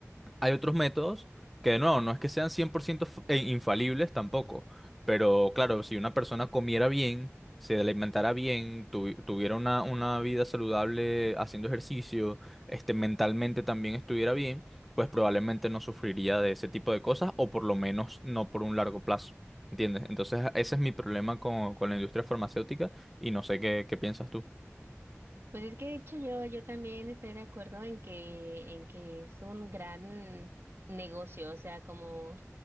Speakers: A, in the centre; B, on the right.
A: Hay otros métodos que no, no es que sean 100% f- e- infalibles tampoco, pero claro, si una persona comiera bien, se alimentara bien, tuvi- tuviera una, una vida saludable haciendo ejercicio, este, mentalmente también estuviera bien, pues probablemente no sufriría de ese tipo de cosas o por lo menos no por un largo plazo. ¿Entiendes? Entonces ese es mi problema con, con la industria farmacéutica y no sé qué, qué piensas tú.
B: Pues es que de hecho yo, yo también estoy de acuerdo en que, en que es un gran negocio, o sea, como